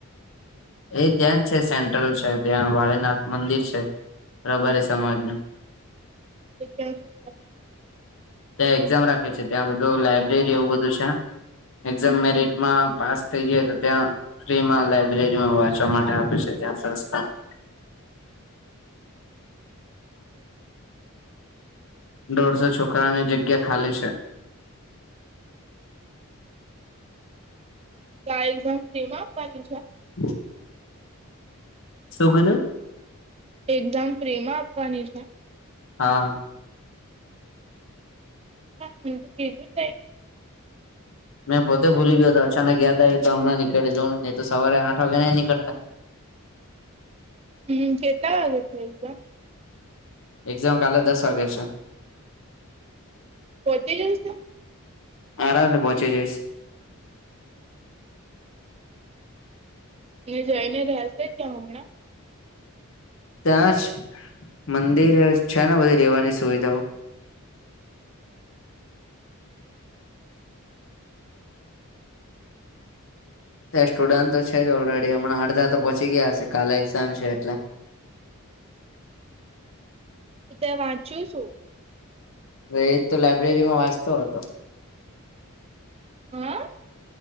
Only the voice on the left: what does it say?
એ ત્યાં જ છે સેન્ટ્રલ છે, ત્યાં વાળીનાથ મંદિર છે રબારી સમાજનું.
ત્યાં એક્ઝામ રાખી છે, ત્યાં બધું લાઈબ્રેરી એવું બધું છે, એક્ઝામ
મેરેટ એમાં પાસ થઈ જઈ એ તો, ત્યાં ફ્રીમાં લાયબ્રેરીમાં વાંચવા માટે આપે છે ત્યાં સંસ્થામાં.
દોઢસો છોકરાની જગ્યા ખાલી છે.
<unintelligible> શુગને
હા
મેં પોતે ભૂલી ગયો હતો અચાનક યાદ આયુ તો, તો હમણાં નીકાળી દઉ ને નહિ તો સવારે આઠ વાગે નહી નીકળતા.
એક્ઝામ કાલે દસ વાગે છે.
આરામથી પહોંચી જઈશ.
ત્યાં જ મંદિરે છે ને, બધી રહેેવાની સુવિધાઓ.
એ સ્ટુડન્ટ તો છે જ ઓલરેડી હમણાં અડધા તો પહોંચી ગયા હશે કાલે એક્ઝામ છે એટલે.
હવે એ જ તો લાયબ્રેરીમાં વાંચતો હતો.